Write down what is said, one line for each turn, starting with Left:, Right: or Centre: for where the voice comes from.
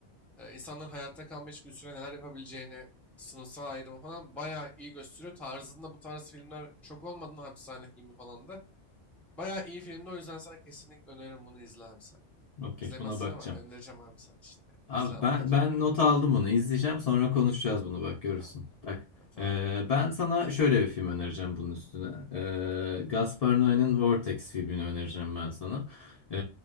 Centre: e, insanların hayatta kalma içgüdüsüyle neler yapabileceğini, sınıfsal ayrımı falan bayağı iyi gösteriyor. Tarzında bu tarz filmler şok olmadın hapishane filmi falan da. Bayağı iyi filmdi o yüzden sana kesinlikle öneririm bunu izle abi sen.
Left: Okey
Centre: İzlemezsin
Left: buna bakacağım.
Centre: ama önereceğim abi sana işte.
Left: Abi
Centre: İzle ama
Left: ben
Centre: bence.
Left: ben nota aldım bunu. İzleyeceğim sonra konuşacağız bunu bak görürsün.
Centre: Tamam.
Left: Bak
Centre: Tamam.
Left: e, ben sana şöyle bir film önereceğim bunun üstüne. E, Gaspar Noé'nin Vortex filmini önereceğim ben sana. E,